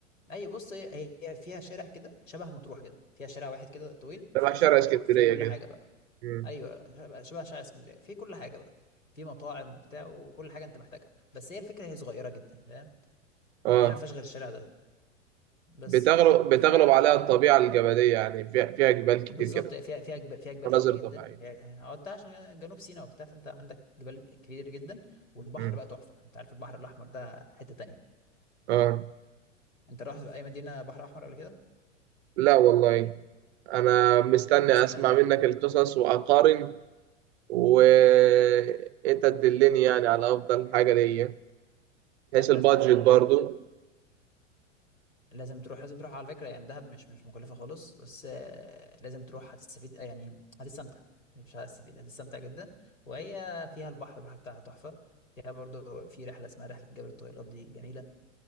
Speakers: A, on the left; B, on the right.
A: أي بص هي هي فيها شارع كده شبه مطروح كده فيها شارع واحد كده طويل
B: تبع
A: في
B: شارع
A: شبه مطروح
B: اسكندريه
A: فيه كل
B: كده
A: حاجة بقى
B: مم.
A: ايوه شبه شبه شارع اسكندريه في كل حاجه بقى في مطاعم وبتاع وكل حاجه انت محتاجها بس هي الفكره هي صغيره جدا فاهم
B: اه
A: يعني هي ما فيهاش غير الشارع ده بس
B: بتغلب
A: ف
B: بتغلب عليها الطبيعه الجبليه يعني فيها, فيها جبال كتير
A: بالظبط
B: كده
A: فيها فيها جبال فيها جبال
B: مناظر
A: كتير جدا
B: طبيعيه
A: هي هو انت عشان جنوب سيناء وبتاع فانت عندك جبال كتير جدا والبحر
B: مم.
A: بقى تحفه انت عارف البحر الاحمر ده حته تانية
B: اه
A: انت رحت في اي مدينه بحر احمر قبل كده
B: لا والله انا مستني
A: لازم
B: اسمع
A: لازم
B: منك القصص واقارن وانت تدلني يعني على افضل حاجه ليا
A: لا
B: بحيث البادجت
A: لازم تروح
B: برضو
A: لازم لازم تروح لازم تروح على فكرة يعني دهب مش مش مكلفة خالص بس آه، لازم تروح هتستفيد آه، يعني هتستمتع مش هتستفيد هتستمتع جدا وهي فيها البحر البحر بتاعها تحفة فيها برضو في رحلة اسمها رحلة جبل الطويلات دي جميلة